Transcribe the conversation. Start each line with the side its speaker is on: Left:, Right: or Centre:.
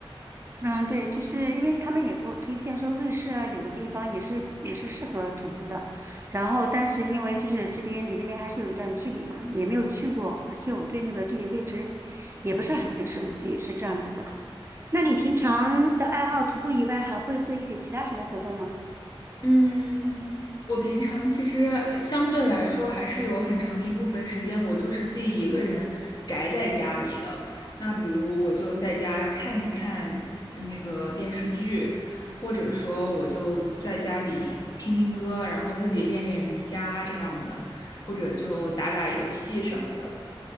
Right: 嗯，对，就是因为他们也给我推荐说瑞士啊，有个地方也是也是适合徒步的，然后但是因为就是这边离那边还是有一段距离嘛，也没有去过，而且我对那个地理位置也不是很熟悉，是这样子的。那你平常的爱好徒步以外，还会做一些其他什么活动吗？
Left: 嗯，我平常其实呃相对来说还是有很长的一部分时间，我就是自己一个人宅在家里的。那比如我就在家看一看呃那个电视剧，或者说我就在家里听听歌，然后自己练练瑜伽这样的，或者就打打游戏什么的。